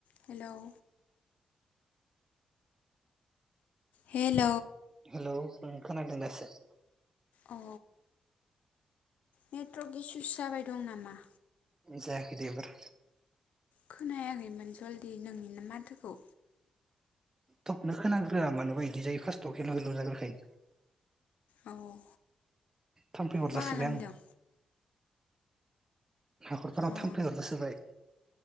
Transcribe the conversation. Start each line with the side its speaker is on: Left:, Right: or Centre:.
Left: हेल' hello
Right: hello ओं खोनादों दासो।
Left: औ, नेट्रक इसुस जाबाय दं नामा?
Right: जायाखैदे एबार
Left: खोनायाखैमोन जलदि नोंनि नो माथोखौ
Right: थबनो खोनाग्रोआ मानोबा बिदि जायो फार्ट'आव हेलो-हेलो' जाग्राखायो।
Left: औ-औ
Right: थाम्फै अरजासोबाय
Left: मा खालामदों?
Right: आं हाखरफोराव
Left: अ
Right: थामफ्लै अरजासोबाय